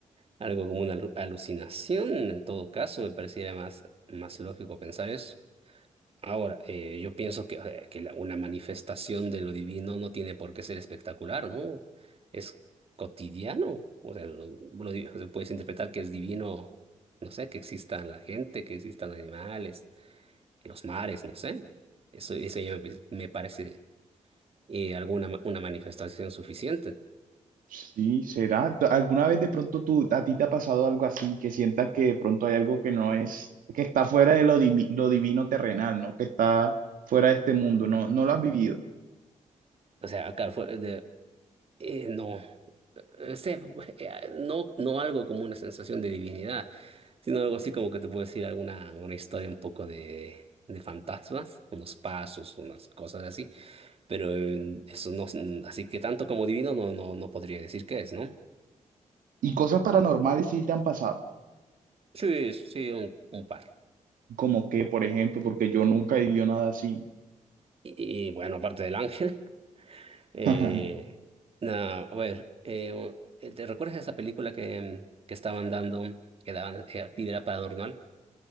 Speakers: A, on the right; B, on the right.
A: algo como una alu- alucinación. En todo caso, me pareciera más, más lógico pensar eso. Ahora, eh, yo pienso que, eh, que la- una manifestación de lo divino no tiene por qué ser espectacular, ¿no? Es cotidiano. O sea, lo, lo di- o sea, puedes interpretar que es divino, no sé, que exista la gente, que existan animales, que los mares, no sé. Eso, eso ya me, me parece eh, alguna ma- una manifestación suficiente.
B: Sí, será. ¿Tú- ¿Alguna vez de pronto tú, a ti te ha pasado algo así que sientas que de pronto hay algo que no es, que está fuera de lo, divi- lo divino terrenal, ¿no? Que está fuera de este mundo, no, no lo has vivido.
A: O sea, acá fue de, eh, no, eh, sé, <laughs> eh, no, no algo como una sensación de divinidad. Sino algo así como que te puedo decir alguna una historia un poco de, de fantasmas, unos pasos, unas cosas así, pero eh, eso no, es- mm, así que tanto como divino no, no, no podría decir qué es, ¿no?
B: Y cosas paranormales sí te han pasado,
A: Sí, sí, sí, un, un par.
B: como que, por ejemplo, porque yo nunca he vivido nada así.
A: Y, y, bueno, aparte del ángel, <laughs> eh,
B: <laughs>
A: nada, a ver, eh, ¿te recuerdas esa película que, que estaban dando, que daban eh, actividad para adornar?